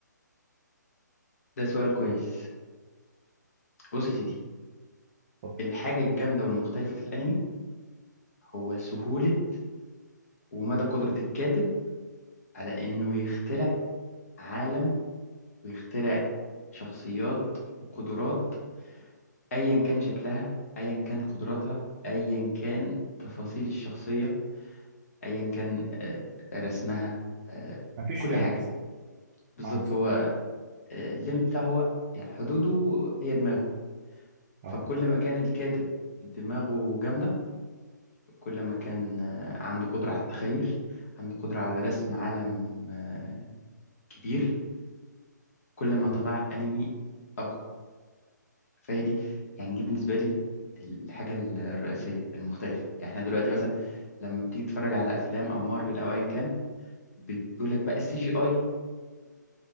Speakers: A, on the left; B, on the right.
A: ده سؤال كويس بص يا سيدي
B: اتفضل
A: الحاجه الجامده والمختلفه في الانمي هو سهوله ومدى قدره الكاتب على انه يخترع عالم ويخترع شخصيات وقدرات ايا كان شكلها ايا كان قدراتها ايا كان تفاصيل الشخصيه ايا كان آه، رسمها آه،
B: مفيش
A: كل
B: ليميت
A: حاجه بالظبط
B: معنى صح.
A: هو آه، الليميت بتاعه هو يعني حدوده هي دماغه
B: اه
A: فكل ما كان الكاتب دماغه جامده كل ما كان آه، عنده قدره على التخيل عنده قدره على رسم عالم آه، كبير كل ما
B: تمام.
A: طلع انمي اقوى فهي دي يعني دي بالنسبه لي الحاجه الرئيسيه المختلفه يعني احنا دلوقتي مثلا لما بتيجي تتفرج على افلام او مارفل او ايا كان بتقول لك بقى السي جي اي